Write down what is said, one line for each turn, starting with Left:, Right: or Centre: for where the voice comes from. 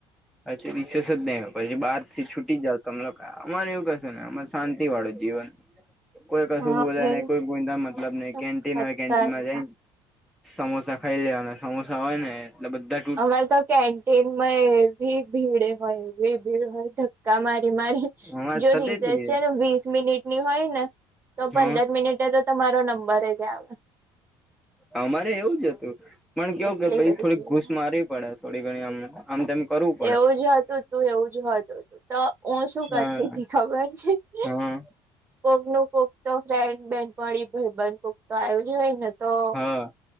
Centre: પછી રિસેસ જ નહીં પછી બારથી છૂટી જાવ તમ લોકા અમારે એવું કશું
Right: દીધી.
Centre: નય, અમાર શાંતિવાળું જીવન. કોઈ કશું
Right: હા
Centre: બોલે
Right: ભાઈ.
Centre: નય, કોઈ કોઈના મતલબ નઈ,
Right: તો
Centre: કેન્ટીન
Right: ખતરનાક
Centre: હોય કેન્ટીનમાં જયન સમોસા ખાઈ લેવાના, સમોસા હોયને એટલે બધા જ
Right: અમારે તો કેન્ટીનમાં એવી ભીડ હોય એવી ભીડ હોય, ધક્કા મારી મારી
Centre: અમારે
Right: જો
Centre: થતી
Right: રિસેસ
Centre: હતી
Right: છે ને વીસ મિનિટની હોયને તો
Centre: હમ
Right: પંદર મિનિટે તો તમારો નંબર જ આવે.
Centre: અમારે એવું જ હતું, પણ કેવું
Right: એટલી
Centre: કે પહિ
Right: બધી
Centre: થોડી
Right: ભીડ
Centre: ઘૂસ
Right: હોય.
Centre: મારવી પડે. થોડી ઘણી અમને. આમ તેમ કરું.
Right: એવું જ હતું તું એવું જ હતુંતું, તો હું શું કરતીતી
Centre: હા
Right: ખબર છે? <unintelligible>
Centre: હા
Right: કોક નું કોક તો ફ્રેન્ડ બેનપણી ભાઈબંધ કોક તો આયુ જ હોય ને તો
Centre: હા